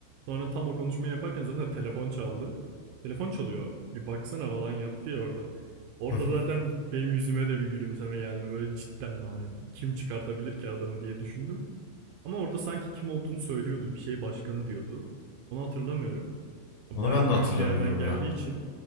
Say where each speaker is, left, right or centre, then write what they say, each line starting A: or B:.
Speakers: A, on the right; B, on the left.
A: Sonra tam o konuşmayı yaparken zaten telefon çaldı. Telefon çalıyor bir baksana falan yaptı ya orada. Orada
B: <laughs>
A: zaten benim yüzüme de bir gülümseme geldi böyle cidden ben hani kim çıkartabilir ki adamı diye düşündüm. Ama orada sanki kim olduğunu söylüyordu bir şey başkanı diyordu. Onu hatırlamıyorum.
B: Onu
A: Bayağı
B: ben de hatırlamıyorum
A: büyük bir yerden geldiği
B: ya.
A: için